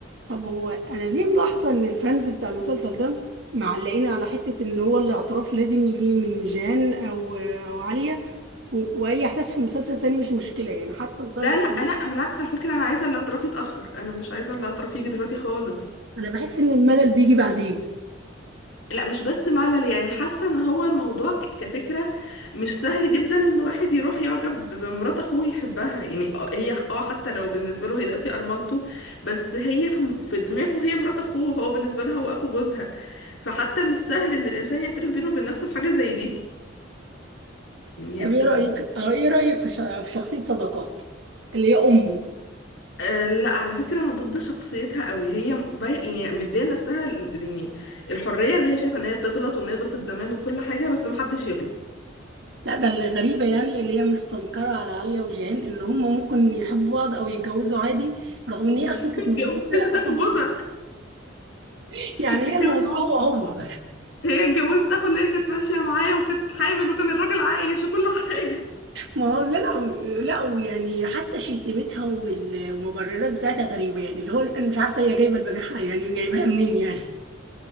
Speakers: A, on the right; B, on the left.
A: طب هو انا ليه ملاحظه ان الفانز بتاع المسلسل ده معلقين على حته ان هو الاعتراف لازم يجي من جان او او عليا و- واي احداث في المسلسل تاني مش مشكله يعني حتى لدرجه
B: لا لا
A: إن
B: لا بالعكس على فكره انا عايزه الاعتراف يتاخر انا مش عايزه الاعتراف يجي دلوقتي خالص
A: انا بحس ان الملل بيجي بعدين
B: لا مش بس ملل يعني حاسه ان هو الموضوع ك- كفكره مش سهل جدا ان واحد يروح يعجب بمرات اخوه يحبها يعني آه، هي اه حتى لو بالنسبه له هي دلوقتي ارملته بس هي في في دماغه هي مرات اخوه هو بالنسبه لها هو اخو جوزها فحتى مش سهل ان الانسان يعترف بينه وبين نفسه بحاجه زي دي يعني
A: طب
B: هي بت...
A: ايه
B: بت-
A: رايك آه، ايه رايك في ش- في شخصيه صداقات اللي هي امه
B: آه لا على فكره انا ضد شخصيتها قوي هي بي... يعني مديه لنفسها ال- يعني الحريه ان هي شايفه ان هي تغلط وان هي غلطت زمان وكل حاجه بس محدش يغلط
A: لا ده اللي غريبه يعني اللي هي مستنكره على عليا وجان ان هم ممكن يحبوا بعض او يتجوزوا عادي رغم
B: <laughs>
A: ان هي
B: واتجوزت
A: اصلا كانت متجوزه اخو
B: اخو
A: جوزها
B: جوزها
A: <laughs> يعني
B: اتجوزت
A: هي الموضوع هو هو
B: هي اتجوزت اخو اللي هي كانت ماشيه معايا وكانت حامل وكان الراجل عايش وكل حاجه
A: ما هو لا لا لا ويعني حتى شتيمتها وال- والمبررات بتاعتها غريبة يعني اللي هو أنا مش عارفة هي جايبة البجاحة يعني جايبها منين يعني